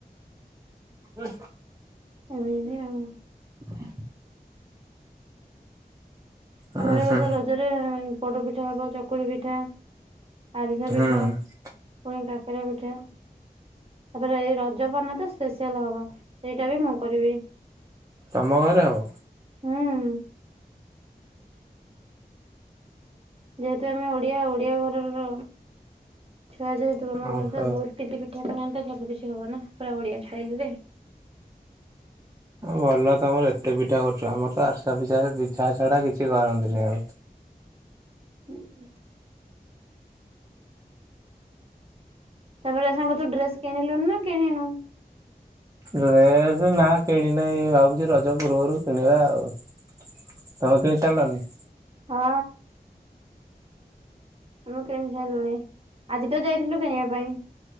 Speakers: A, on the right; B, on the right.
A: ହୁଁ।
B: ଏମିତି ଆଉ
A: ହଁ। ଉଁ
B: ଆମର ଏ
A: ହୁଁ
B: ବର୍ଷ ରଜରେ ପୋଡ଼ ପିଠା ହବ ଚକୁଳି ପିଠା ଆରିସ ପିଠା
A: ହୁଁ
B: ପୁଣି କାକ ରା ପିଠା ତାପରେ ଏଇ ରଜ ମାନେ ତ ସ୍ପେଶିଆଲ ହବ। ସେଇଟା ବି ମୁଁ କରିବି
A: ତମ ଘରେ ହବ?
B: ହୁଁ। ହଁ। ଯେହେତୁ ଆମେ ଓଡିଆ ଓଡିଆ ଘରର ଛୁଆ ଯେହେତୁ ଆମ
A: ଓହୋ।
B: ଘରେ ତ ବହୁତ କିଛି ପିଠା ପଣା ତ ସବୁ କିଛି ହବ ନା ପୁରା ଓଡିଆ ଷ୍ଟାଇଲି ରେ।
A: ଭଲ ତମର ଏତେ ପିଠା କରୁଛ ଆମର ତ ଆରିସା ପିଠା ପିଛା ଛଡା କିଛି କରନ୍ତିନି ଆଉ
B: ହୁଁ ତାପରେ ସାଙ୍ଗ ତୁ ଡ୍ରେସ କିଣିଲୁନୁ ନା କିଣିନୁ?
A: ଡ୍ରେସ ନା କିଣି ନାହିଁ ଭାବୁଛି ରଜ ପୂର୍ବରୁ କିଣିବା ଆଉ ତମେ କିଣି ସାରିଲଣି?
B: ହଁ। ଆମେ କିଣି ସାରିଲୁଣି ଆଜି ତ ଯାଇଥିଲୁ କିଣିବା ପାଇଁ।